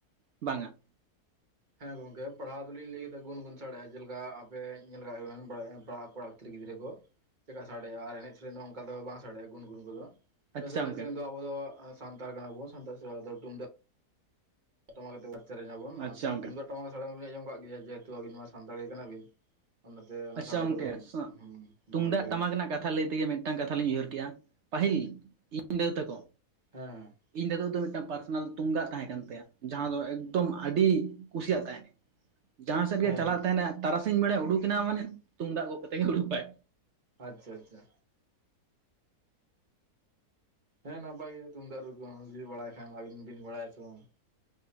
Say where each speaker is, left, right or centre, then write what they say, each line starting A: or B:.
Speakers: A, on the right; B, on the right.
A: ᱵᱟᱝᱟ
B: ᱦᱮᱸ ᱜᱚᱝᱠᱮ ᱯᱟᱲᱦᱟᱣ ᱫᱚᱞᱤᱧ ᱞᱟᱹᱭ ᱠᱮᱫ ᱜᱩᱱ ᱜᱩᱱ ᱥᱟᱲᱮᱭᱟ ᱡᱮᱞᱮᱠᱟ ᱟᱯᱮ ᱧᱮᱞ ᱞᱮᱠᱟ ᱠᱟᱹᱴᱤᱡ ᱜᱤᱫᱽᱨᱟᱹ ᱠᱚ ᱪᱮᱠᱟ ᱥᱟᱰᱮᱭᱟ ᱟᱨ ᱮᱱᱮᱡ ᱥᱮᱨᱮᱧ ᱫᱚ ᱚᱱᱠᱟ ᱫᱚ ᱵᱟᱝ ᱥᱟᱰᱮᱭᱟᱜᱼᱟ ᱜᱩᱱ ᱜᱩᱱ ᱠᱚᱫᱚ
A: ᱟᱪᱪᱷᱟ
B: ᱮ
A: ᱜᱚᱝᱠᱮ
B: ᱫᱚ ᱟᱵᱚ ᱫᱚ ᱥᱟᱱᱛᱟᱲ ᱠᱟᱱᱟ ᱵᱚᱱ ᱥᱟᱱᱛᱟᱲ ᱛᱩᱢᱫᱟᱜ <inaudible> ᱚᱱᱟᱛᱮ
A: ᱟᱪᱪᱷᱟ ᱜᱚᱝᱠᱮ
B: ᱛᱩᱢᱫᱟᱜ ᱴᱟᱢᱟᱠ ᱥᱮ ᱵᱤᱱ ᱟᱸᱚᱢ ᱠᱫ ᱜᱮᱭᱟ ᱡᱮᱦᱮᱛᱩ ᱟᱵᱤᱱ ᱢᱟ ᱥᱟᱱᱛᱟᱲᱤ ᱠᱟᱱᱟ ᱵᱤᱱ ᱚᱱᱟᱛᱮ ᱚᱱᱟ
A: ᱟᱪᱷᱟ
B: ᱥᱟᱰᱮ
A: ᱜᱚᱝᱠᱮ
B: ᱠᱚᱫᱚ
A: ᱛᱩᱢᱫᱟᱜ
B: ᱵᱟᱝᱞᱤᱧ ᱞᱟᱹᱭᱟᱵᱤᱱ
A: ᱴᱟᱢᱟᱠ
B: ᱠᱟᱱᱟ
A: ᱨᱮᱱᱟᱜ ᱠᱟᱛᱷᱟ ᱞᱟᱹᱭ ᱛᱮᱜᱮ ᱢᱤᱫᱴᱮᱱ ᱢᱤᱫᱴᱟᱝ ᱠᱟᱛᱷᱟ ᱞᱤᱧ ᱩᱭᱦᱟᱹᱨ ᱠᱮᱫᱮᱜᱼᱟ ᱯᱟᱹᱦᱤᱞ ᱤᱧ ᱫᱟᱹᱫᱩ ᱛᱟᱠᱚ
B: ᱦᱮᱸ
A: ᱤᱧ ᱫᱟᱫᱩ ᱫᱚ ᱢᱤᱫᱴᱟᱝ ᱯᱟᱨᱥᱚᱱᱟᱞ ᱛᱩᱢᱫᱟᱜ ᱛᱟᱦᱮᱸ ᱠᱟᱱ ᱛᱟᱭᱟ ᱡᱟᱦᱟᱸ ᱫᱚ ᱮᱠᱫᱚᱢ ᱟᱹᱰᱤ ᱠᱩᱥᱤᱭᱟᱜ ᱛᱟᱦᱮᱱᱟ ᱡᱟᱦᱟᱸ ᱥᱮᱫ
B: ᱦᱮᱸ
A: ᱜᱮ ᱪᱟᱞᱟᱜ
B: ᱦᱮᱸ
A: ᱛᱟᱦᱮᱱᱟ ᱛᱟᱨᱟᱥᱤᱧ ᱵᱮᱲᱮ ᱩᱰᱩᱠᱮᱭ ᱢᱟᱱᱮ ᱛᱩᱢᱫᱟᱜ ᱜᱚᱜ ᱠᱟᱛᱮ ᱜᱮ ᱩᱰᱩᱠᱟᱭ
B: ᱟᱪᱷᱟ ᱟᱪᱷᱟ ᱦᱮᱸ ᱱᱟᱯᱟᱭ ᱜᱮ ᱛᱩᱢᱫᱟᱜ ᱨᱩ ᱠᱚ ᱡᱩᱫᱤ ᱵᱟᱲᱟᱭ ᱠᱷᱟᱱ ᱟᱹᱵᱤᱱ ᱵᱤᱱ ᱵᱟᱲᱟᱭᱟ ᱥᱮ ᱵᱟᱝ